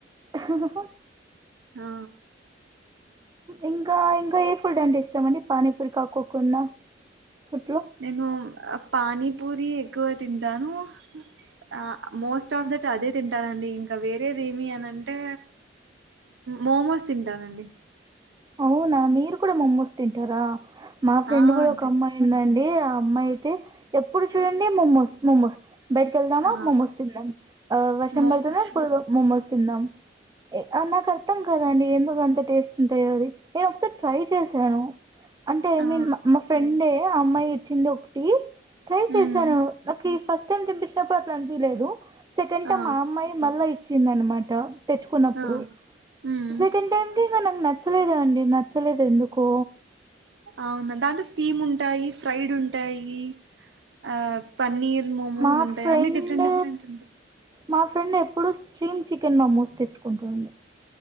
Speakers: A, on the right (about 20°); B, on the right (about 80°).
A: హా హా హా
B: ఆ
A: ఇంకా ఇంకా ఏ ఫుడ్ అంటే ఇష్టం అండి పనీపూరి కాకోకుండా ఫుడ్లో
B: నేను అ పాని పూరి ఎక్కువ తింటాను ఆ మోస్ట్ ఆఫ్ దట్ అదే తింటానండి ఇంకా వేరేది ఏమి అనంటే మోమోస్ తింటానండి
A: అవునా మీరు కూడా మమ్మూస్ తింటారా మా ఫ్రెండ్
B: ఆ
A: కూడా
B: అంతే
A: ఒక అమ్మాయి ఉందండీ ఆ అమ్మాయి అయితే ఎప్పుడు చూడండి మోమోస్ మోమోస్ బయటకి వెళ్దామా
B: ఆ
A: మోమోస్ తిందాం ఆ వర్షం
B: మోమోస్
A: పడుతుంది మోమోస్ చిన్నాం అ నాక్ అర్థం కాదండి ఎందు టేస్టీ ఏది నేను ఎప్పుడు ట్రై చేసను అంటే ఐ
B: ఆ
A: మీన్ మా ఫ్రెండే అమ్మాయి ఇచ్చింది ఒకటి ట్రై చేశాను
B: మ్మ్
A: నాకు ఈ ఫస్ట్ కాని తిపించినప్పుడు అట్లా అనిపిలేదు సెకండ్ టైమ్
B: ఆ
A: మా అమ్మాయి మళ్ళ వచ్చిందనమాట తెచ్చుకున్నప్పుడు
B: ఆ మ్మ్
A: సెకండ్ టైమ్ కే ఇంక న లేదు అండి నచ్చలేదు ఎందుకో
B: అవునా దాంట్లో స్టీమ్ ఉంటాయి ఫ్రైడ్ ఉంటాయి ఆ పన్నీర్ మోమోస్
A: మా
B: ఉంటాయి
A: ఫ్రెండ్
B: అన్ని డిఫరెంట్ డిఫరెంట్
A: మా ఫ్రెండ్ ఎప్పుడు చీమ్ చికెన్ మమోస్ తెచ్చుకుంటాడు